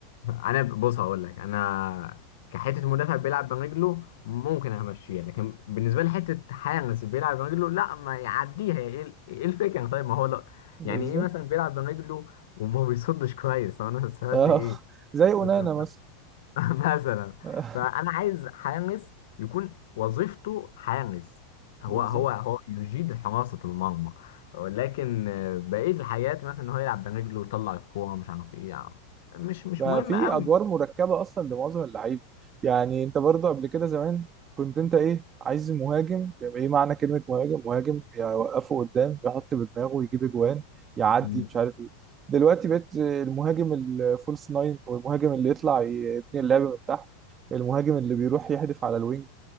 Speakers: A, on the left; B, on the right.
A: انا بص هقول لك انا كحته مدافع بيلعب برجله ممكن همشيها لكن بالنسبه لي حته حارس بيلعب برجله لا ما يعديها ايه ال- إيه الفكره طيب ما هو لا
B: بالظبط
A: يعني ايه مثلا بيلعب برجله وما بيصدش كويس طب انا سمعت
B: اه
A: ايه
B: <laughs> زي اونانا
A: انت
B: مثلا
A: <laughs> مثلا
B: <laughs>
A: فانا عايز حارس يكون وظيفته حارس هو
B: بالظبط
A: هو هو يجيد حراسة المرمى ولكن آه، بقية الحاجات مثلا ان هو يلعب برجله ويطلع الكورة مش عارف ايه يعني مش مش
B: بقى
A: مهم
B: في
A: قوي
B: ادوار مركبه اصلا لمعظم اللعيبه يعني انت برضو قبل كده زمان كنت انت ايه عايز مهاجم يبقى ايه معنى كلمه مهاجم مهاجم يوقفه قدام يحط بدماغه ويجيب اجوان يعدي
A: مم.
B: مش عارف ايه دلوقتي بقيت المهاجم الفولس ناين والمهاجم اللي يطلع يبني اللعب من تحت المهاجم اللي بيروح يحدف على الوينج